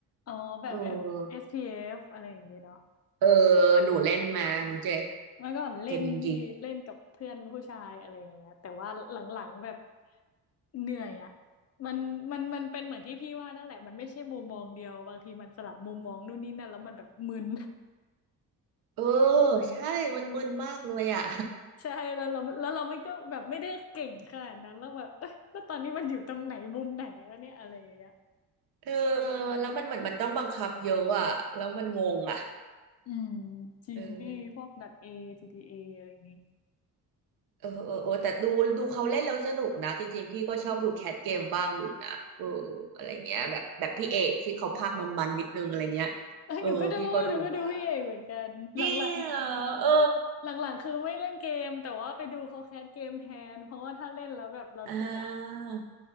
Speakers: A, on the left (about 45°); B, on the right (about 70°).
A: อ๋อแบบ
B: เออ
A: F- SPF อสพีเอฟอะไรอย่างเงี้ยเนาะ
B: เออหนูเล่นมาน้องเจ
A: เมื่อก่อนเล่นพี่เล่นกับเพื่อนผู้ชายอะไรอย่างเงี้ยแต่ว่าหลังๆแบบ
B: เกมยิงยิง
A: เหนื่อยอ่ะมันมันมันเป็นเหมือนที่พี่ว่านั่นแหละมันไม่ใช่มุมมองเดียวบางทีมันสลับมุมมองนู่นนี่นั่นแล้วมันแบบมึน
B: เออใช่มันมึนมากเลยอ่ะ
A: <laughs> ใช่แล้วเราแล้วเราไม่ก็แบบไม่ได้เก่งขนาดนั้นแล้วแบบ <laughs> เอ้ยแล้วตอนนี้มันอยู่ตรงไหนมุมไหนวะเนี่ยอะไรอย่างเงี้ย
B: เออแล้วมันเหมือนมันต้องบังคับเยอะอ่ะแล้วมันงงอ่ะ
A: อืมจริงพี่พวกดัตเอจีดีเออะไรอย่างงี้
B: เออเออเออเออแต่ดูดูเขาเล่นแล้วสนุกนะจริงๆพี่ก็ชอบดูแคทเกมบ้างอยู่นะเอออะไรเงี้ยแบบแบบพี่เอกที่เขาพากย์มันๆนิดนึงอะไรเงี้ย
A: เอ้ยหนูก็ดูหนูก็ดูพี่เอกเหมือนกันหลังๆ
B: เออพี่ก็ดูบ้างจริงเหรอเออ
A: หลังๆคือไม่เล่นเกมแต่ว่าไปดูเขาแคสเกมแทนเพราะว่าถ้าเล่นแล้วแบบเราติดอะ
B: อ่า